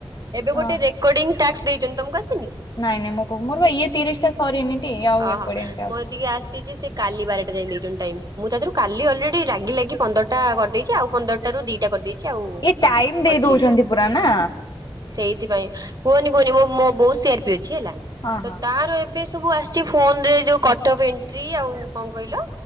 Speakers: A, on the right (about 40°); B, on the left (about 45°).
A: ଏବେ
B: ହଁ
A: ଗୋଟେ ରେକର୍ଡିଙ୍ଗ ଟାକ୍ସ ଦେଇଛନ୍ତି ତମକୁ ଆସନି।
B: ନାଇଁ ନାଇଁ ମୋ ପାଖକୁ ମର ବା ଏ ତିରିଶଟା ସରିନି ତି ଆଉ
A: ଅହ
B: ରେକଡ଼ିଂ ଟାସ
A: <unintelligible> କାଲି ବାରଟା ଯାଇ ଦେଇଚନ୍ତି ଟାଇମ ମୁଁ ତାରୁ କାଲି ଅଲରେଡି ରାଗି ଲାଗି ପନ୍ଦରଟା କରିଦେଇଚି ଆଉ ପନ୍ଦର ଟା ରୁ ଦିଟା କରିଦେଇଚି ଆଉ
B: ଏ ଟାଇମ ଦେଇ
A: ଅଛି
B: ଦଉଚନ୍ତି ପୁରା ନା।
A: ସେଇଥିପାଇଁ କୁହନି କୁହନି ମୋ ବହୁତ ସି ଆର ପି ଅଛି ହେଲା।
B: ହଁ ହଁ
A: ତ ତାର ଏବେ ସବୁ ଆସିଚି ଫୋନରେ ଯେଉ କଟ୍ ଅଫ୍ ଏଣ୍ଟ୍ରି ଆଉ କଣ କହିଲ